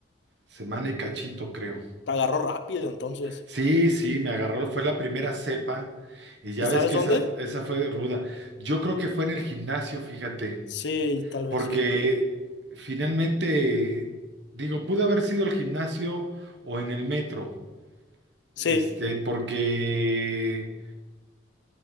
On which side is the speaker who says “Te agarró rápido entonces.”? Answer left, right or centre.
Left